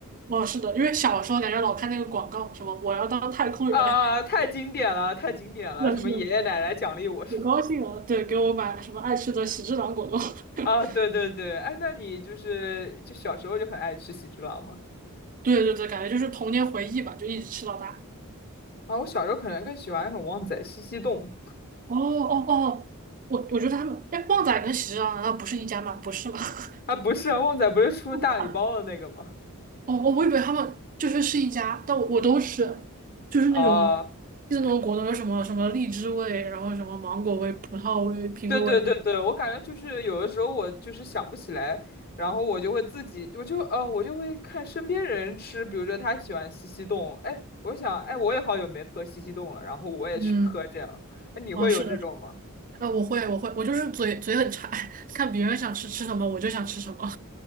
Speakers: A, on the right (about 35°); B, on the left (about 45°).
A: 哦，是的，因为小时候感觉老看那个广告，什么我要当太空人，
B: 啊，太经典了，太经典了，
A: <laughs> 那是的，
B: 什么爷爷奶奶奖励我。
A: 是的，可高兴了。对，给我买什么爱吃的喜之郎果冻。
B: 啊，
A: <laughs>
B: 对对对，哎，那你就是就小时候就很爱吃喜之郎吗？
A: 对对对，感觉就是童年回忆吧，就一直吃到大。
B: 啊，我小时候可能更喜欢那种旺仔西西冻，
A: 哦哦哦，我我觉得他们，哎，旺仔跟喜之郎难道不是一家吗？不是吧？<laughs>
B: 啊，不是啊，旺仔不是出大礼包的那个吗？
A: 啊哦哦，我以为他们就是是一家，但我我都吃，就是那种就是那种果冻，
B: 啊，
A: 有什么什么荔枝味，然后什么芒果味、葡萄味、苹果味的。
B: 对对对对，我感觉就是有的时候我就是想不起来，然后我就会自己，我就呃，我就会看身边人吃，比如说他喜欢西西冻，哎，我想，哎，我也好久没喝西西冻了，然后我也去喝这样，
A: 嗯，
B: 哎，你会有这种吗？
A: 啊，是的。呃，我会，我会，我就是嘴嘴很馋，<laughs> 看别人想吃吃什么，我就想吃什么，